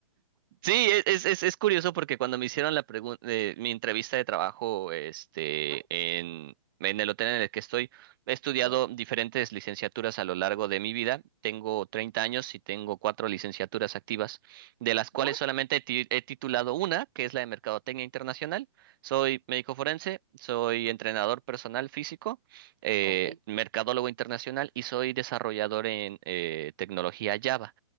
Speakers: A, on the right; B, on the right.
A: Sí, e, es, es, es curioso porque cuando me hicieron la pregun- eh, mi entrevista de trabajo, este,
B: verdad.
A: en, en el hotel en el que estoy, he estudiado
B: Sí.
A: diferentes licenciaturas a lo largo de mi vida. Tengo 30 años y tengo cuatro licenciaturas activas, de las cuales
B: Guau,
A: solamente he, ti- he titulado una, que es la de Mercadotecnia Internacional. Soy médico forense, soy entrenador personal físico, eh,
B: Ok.
A: mercadólogo internacional y soy desarrollador en eh, tecnología Java.